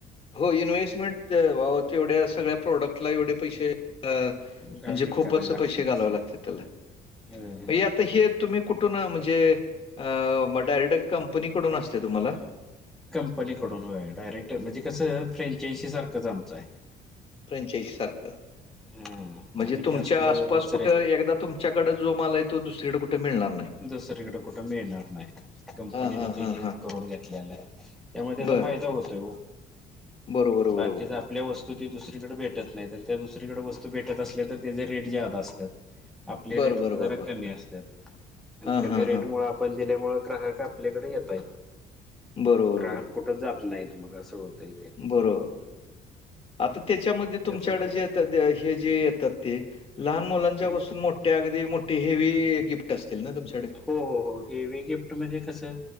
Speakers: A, on the left; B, in the centre.
A: हो इन्व्हेस्टमेंट वाव तेवढ्या सगळ्या प्रोडक्टला एवढे पैसे अ
B: काय
A: म्हणजे
B: हे
A: खूपच
B: करायला लागतातच
A: पैसे घालावे
B: काय
A: लागते त्याला
B: होय.
A: मग आता हे तुम्ही कुठून म्हणजे अ डायरेक्ट कंपनीकडून असते तुम्हाला.
B: कंपनीकडून होय डायरेक्ट म्हणजे कसं फ्रँचायजी सारखं जामचं आहे.
A: फ्रेचाईजी सारखं
B: हा
A: म्हणजे
B: आम्ही
A: तुमच्या
B: जास्त
A: आसपास
B: दुसरे
A: कुठं एकदा तुम आमच्याकडं जो माल आहे तो, दुसरीकडे कुठे मिळणार नाही.
B: दुसरीकडे कुठं मिळणार नाही, कंपनीने
A: हा हा
B: ते
A: हा
B: हेच
A: हा
B: करून घेतलेलं आहे. त्यामुळे त्याचा
A: बर
B: फायदा होतोय ओ.
A: बरोबर बर
B: बाकीच आपल्या वस्तू ती दुसरीकडे भेटत नाही, त्या दुसरीकडे वस्तू त भेटत असले तर, त्याचे रेट ज्यादा असतात आपले
A: बर
B: रेटचं
A: बर
B: जरा
A: बरोबर
B: कमी असत्यात. आणि
A: हा
B: कमी
A: हा
B: रेट
A: हा
B: मुळ, आपण दिल्यामुळे ग्राहक आपल्याकडे येतय
A: बरोबर
B: ग्राहक
A: बरोबर
B: कुठं जात नाहीत, मग असं होतय.
A: बरोबर आता त्याच्या मध्ये
B: त्यातलं
A: तुमच्या कड
B: ते
A: जे येतात हे जे येतात ते लहान मुलांच्या
B: हम्म.
A: पासून मोठ्या अगदी मोठी हेवी गिफ्ट असतील ना तुमच्याकडे?
B: हो हो हो, हेवी गिफ्ट म्हणजे कसं